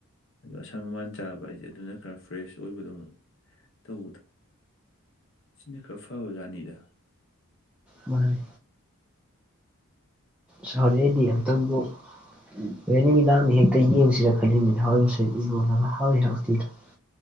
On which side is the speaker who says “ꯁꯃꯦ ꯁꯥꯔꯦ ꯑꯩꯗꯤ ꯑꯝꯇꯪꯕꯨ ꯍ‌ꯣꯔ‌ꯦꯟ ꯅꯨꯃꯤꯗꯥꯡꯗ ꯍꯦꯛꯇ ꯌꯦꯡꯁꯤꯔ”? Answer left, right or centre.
Centre